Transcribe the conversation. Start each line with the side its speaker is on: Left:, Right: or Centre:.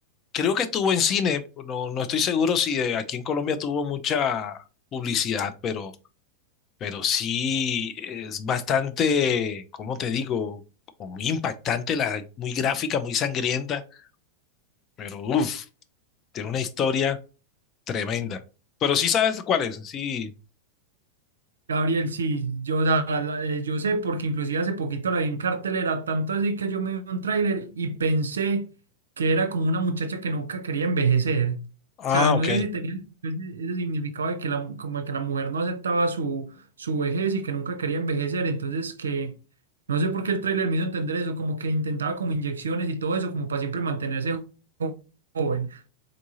Left: creo que estuvo en cine, no, no estoy seguro si eh, aquí en Colombia tuvo mucha publicidad, pero, pero sí es bastante, ¿cómo te digo? Como muy impactante, la, muy gráfica, muy sangrienta, pero uff, tiene una historia tremenda. Pero sí sabes cuál es, sí.
Right: Gabriel, sí, yo, la- la- eh, yo sé porque inclusive hace poquito la vi en cartelera, tanto así que yo me vi un tráiler y pensé que era como una muchacha que nunca quería envejecer. O
Left: Ah,
Right: sea, no
Left: ok.
Right: sé si tenía ese, ese significado de que la, como de que la mujer no aceptaba su, su vejez y que nunca quería envejecer. Entonces que no sé por qué el tráiler me hizo entender eso, como que intentaba como inyecciones y todo eso, como para siempre mantenerse jo- joven.